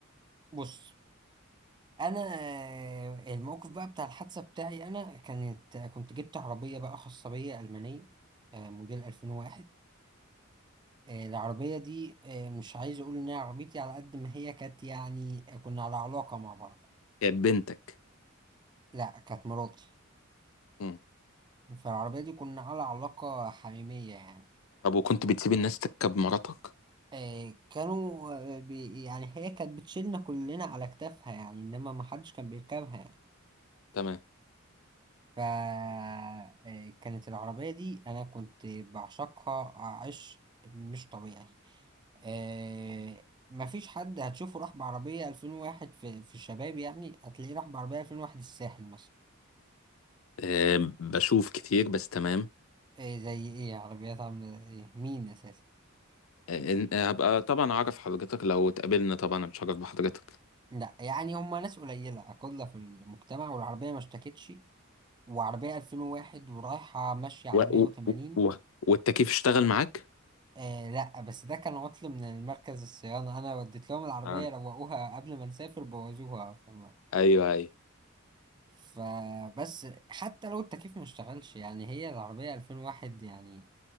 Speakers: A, on the right; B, on the left.
A: بص انا آه، الموقف بقى بتاع الحادثه بتاعي انا كانت كنت جبت عربيه بقى خاصه بيا المانيه آه، موديل 2001 آه، العربيه دي آه، مش عايز اقول ان هي عربيتي على قد ما هي كانت يعني كنا على علاقه مع بعض
B: يا بنتك
A: لا كانت مراتي
B: مم.
A: فالعربيه دي كنا على علاقه حميميه يعني
B: طب وكنت بتسيب الناس تركب مراتك
A: آه، كانوا آه، بي يعني هي كانت بتشيلنا كلنا على كتافها يعني انما ما حدش كان بيركبها يعني.
B: تمام
A: فكانت العربية دي أنا كنت بعشقها عشق مش طبيعي آه، مفيش حد هتشوفه راح بعربية 2001 في, في الشباب يعني هتلاقيه راح بعربية 2001 الساحل مثلا
B: أه بشوف كتير بس تمام
A: إيه زي إيه عربيات عاملة زي إيه مين أساسا
B: أه إن- آه، هبقى طبعا اعرف حضرتك لو اتقابلنا طبعا اتشرف بحضرتك
A: لا يعني هما ناس قليلة أقل في المجتمع والعربية ما اشتكتش وعربية 2001 ورايحة ماشية على
B: و...
A: 180
B: و... و... والتكييف اشتغل معاك
A: آه لا بس ده كان عطل من المركز الصيانة أنا وديت لهم العربية
B: آه.
A: روقوها قبل ما نسافر بوظوها فما
B: ايوه ايوه
A: فبس حتى لو التكييف ما اشتغلش يعني هي العربية 2001 يعني